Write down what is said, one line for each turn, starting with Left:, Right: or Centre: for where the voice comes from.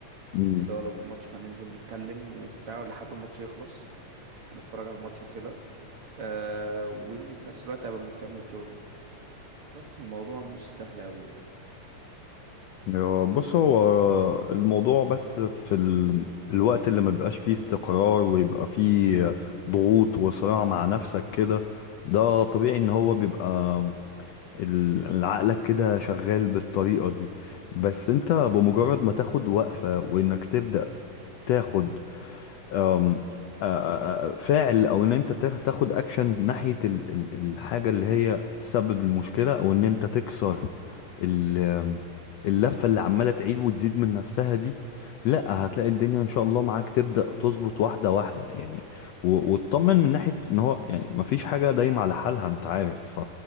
Left: مم.
Right: اللي هو لو في ماتش فننزل نتكلم وبتاع لحد ما الماتش يخلص ونتفرج على الماتش وكده أه واني في نفس الوقت ابقى مهتم بشغلي بس الموضوع مش سهل اوي يعني
Left: يا- بص هو الموضوع بس في ال... الوقت اللي ما بيبقاش فيه استقرار ويبقى فيه ضغوط وصراع مع نفسك كده ده طبيعي ان هو بيبقى ال- عقلك كده شغال بالطريقة
Right: مم.
Left: دي بس انت بمجرد ما تاخد وقفة وانك تبدأ تاخد أم، آ- آ- آ- فاعل او ان انت تاخ- تاخد اكشن ناحية ال- ال- الحاجة اللي هي سبب المشكلة او ان انت تكسر ال- آم، اللفة اللي عمالة تعيد وتزيد من نفسها دي لا هتلاقي الدنيا ان شاء الله معاك تبدأ تظبط واحدة واحدة يعني و- وتطمن من ناحية ان هو يعني مفيش حاجة دايمة على حالها انت عارف